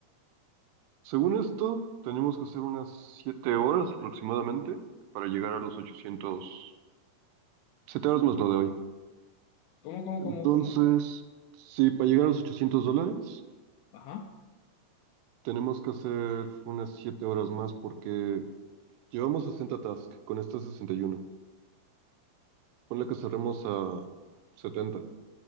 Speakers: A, on the right; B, on the left.
A: Según esto, tenemos que hacer unas 7 horas aproximadamente para llegar a los ochocientos siete horas más lo de hoy.
B: ¿Cómo, cómo,
A: Entonces,
B: cómo, cómo? A ver.
A: sí, para llegar a los 800 dólares,
B: Ajá.
A: tenemos que hacer unas 7 horas más porque Llevamos 60 tasks, con esta 61. Ponle que cerremos a 70.